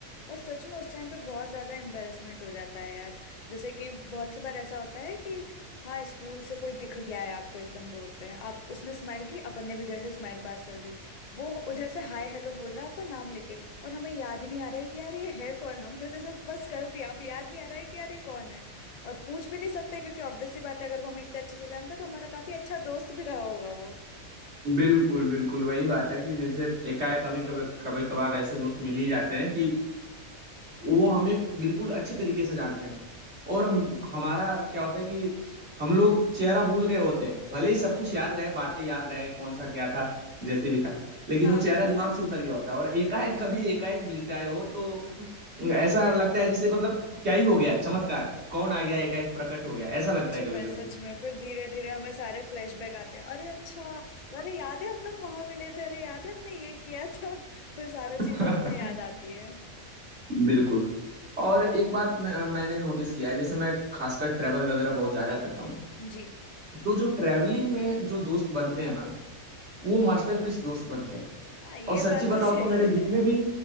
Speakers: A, on the left; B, on the right.
A: और सच में उस टाइम पे बहुत ज्यादा एम्बेरसमेंट हो जाता है यार जैसे कि बहुत सी बार ऐसा होता है कि हाँ स्कूल से कोई दिख गया है आपको एकदम रोड पे आप उसने स्माइल की अपन ने भी इधर से स्माइल पास कर दी वो उधर से हाय हेलो बोल रहा है आपका नाम लेके और हमें याद ही नहीं आ रहा है कि यार ये है कौन हमने तो सब बस कर दिया अब याद नहीं आ रहा है कि यार ये कौन है और पूछ भी नहीं सकते क्योंकि ऑब्वियस सी बात है अगर वो हमें इतने अच्छे से जानता तो हमारा काफी अच्छा दोस्त भी रहा होगा वो
B: बिल्कुल बिल्कुल वही बात है कि जैसे एकाएक कभी कभी कभी कभार ऐसे दोस्त मिल ही जाते हैं कि वो हमें बिल्कुल अच्छी तरीके से जानते हैं और हमारा क्या होता है कि हम लोग चेहरा भूल गए होते हैं भले ही सब कुछ याद रहे बातें याद रहे कौन सा क्या था जैसे भी था लेकिन
A: हाँ
B: वो चेहरा दिमाग से उतर गया होता है और एकाएक कभी एकाएक मिलता है वो तो ऐसा लगता है जैसे मतलब क्या ही हो गया चमत्कार कौन आ गया
A: <laughs>
B: एकाएक प्रकट हो गया ऐसा लगता
A: सच
B: है कभी
A: में
B: कभी
A: सच में फिर धीरे धीरे हमें सारे फ्लैशबैक आते हैं अरे अच्छा अरे याद है हम लोग वहां मिले थे अरे याद है हमने ये किया था <laughs> फिर सारी
B: <laughs>
A: चीजें हमें याद आती है
B: बिल्कुल और एक बात मैं, मैंने नोटिस किया है जैसे मैं खासकर ट्रैवल वगैरह बहुत ज्यादा करता हूँ
A: जी
B: तो जो ट्रैवलिंग में जो दोस्त बनते हैं ना वो मास्टरपीस दोस्त बनते हैं
A: हाँ ये
B: और सच्ची
A: बात
B: बताओ
A: तो सही
B: तो मेरे जितने
A: है
B: भी